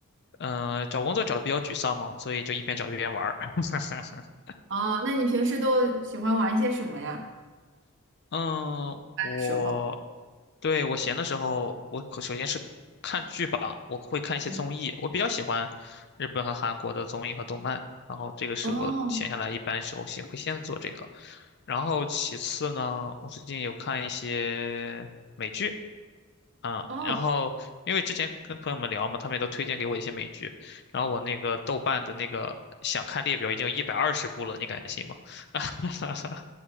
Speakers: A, on the left; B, on the right.
A: 嗯、找工作找的比较沮丧嘛，所以就一边找一边玩儿。<laughs>
B: 哦，那你平时都喜欢玩些什么呀？
A: 嗯，
B: 那个时候，
A: 我对我闲的时候，我可首先是看剧吧，我会看一些综艺，
B: 嗯，
A: 我比较喜欢日本和韩国的综艺和动漫，然后这个是我闲下来一般时候先会先做这个，
B: 哦，
A: 然后其次呢，我最近有看一些美剧。啊，
B: 哦，
A: 然后因为之前跟朋友们聊嘛，他们也都推荐给我一些美剧，然后我那个豆瓣的那个想看列表已经有一百二十部了，你敢信吗？<laughs>